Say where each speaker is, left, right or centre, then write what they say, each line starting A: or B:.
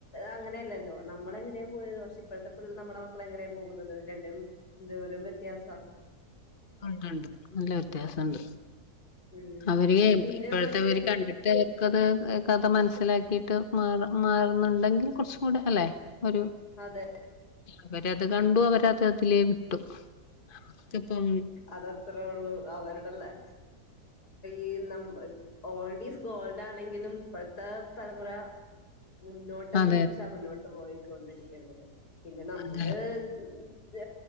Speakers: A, on the left (about 80°); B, on the left (about 35°).
A: അങ്ങനെയല്ലല്ലോ നമ്മൾ എങ്ങനെയാ പോയത് പക്ഷെ ഇപ്പോഴത്തെ പിള്ളർ നമ്മുടെ മക്കളെ എങ്ങനെയാ പോകുന്നത് രണ്ടും എന്തോരും വ്യത്യാസാ.
B: ഉണ്ട്ണ്ട് നല്ല വ്യത്യാസമുണ്ട്.
A: ഉം
B: അവര്
A: പിന്നെ
B: ഇപ്പോഴത്തെ
A: മറ്റേ
B: അവര് കണ്ടിട്ട് അവർക്കത് കഥ മനസ്സ്. മനസ്സിലാക്കിയിട്ട് മാ മാറുന്നുണ്ടെങ്കിൽ കുറച്ചും കൂടി അല്ലെ. ഒരു
A: അതെ
B: അവരത് കണ്ടു അവരത് അതിലേ വിട്ടു. അക്ക ഇപ്പം
A: അതത്രേ ഒള്ളൂ. അവരുട ല്ലേ ഈ നം ഓൾഡ് ഈസ് ഗോൾഡ് ലാണെങ്കിലും ഇപ്പത്തെ തലമുറ മുന്നോട്ട
B: അതെ
A: ചിന്തിച്ചാ മുന്നോട്ട് പോയി ക്കൊണ്ടിരിക്കുന്നത്. പിന്നെ നമ്മള്
B: അതെ
A: ഉ ഉ ത്